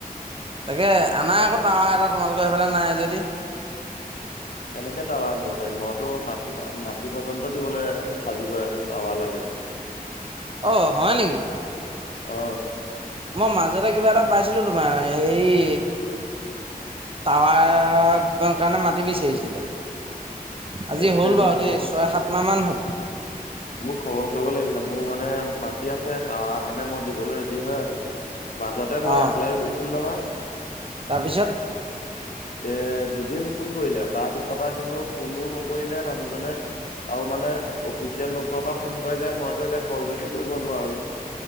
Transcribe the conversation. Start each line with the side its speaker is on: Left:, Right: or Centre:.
Right: তাকে, আনা আকৌ টাৱা এটা তোমালোকৰ সেইফালে নাই যদি।
Left: কেনেকে টাৱাৰ আনিব পাৰিম। মইতো মাটি, মাটি পৰ্যন্ত দিবলৈ সাজু হৈ আছোঁ টাৱাৰ লাগে। <inaudible>
Right: অ'! হয় নেকি?
Left: অ
Right: মই মাজতে কিবা এটা পাইছিলোঁ তোমাৰ, হেৰি টাৱাৰ কাৰণে, মাটি বিচাৰিছিলে। আজি
Left: সেই
Right: হ'ল
Left: এইবোৰ
Right: বাৰু দেই
Left: খ
Right: ছয়, সাতমাহ মান হ'ল।
Left: মোক খবৰ কৰিব লাগিছিলে। মোৰ মানে, মাটি আছে, টাৱাৰ কাৰণে মই দিবলৈ ৰেডি হৈ আছোঁ। মাজতে মই
Right: অ
Left: এপ্লাইও কৰিছিলোঁ নহয়।
Right: তাৰপিছত
Left: এ দুদিন ফোন কৰিলে, তাৰপিছৰ পৰা কিন্তু, ফোনো নকৰিলে মানুহজনে আৰু মানে অফিচিয়েল লকৰ পৰা ফোন কৰে যে, মইতো এতিয়া ক'ল বেকো কৰিব নোৱাৰোঁ।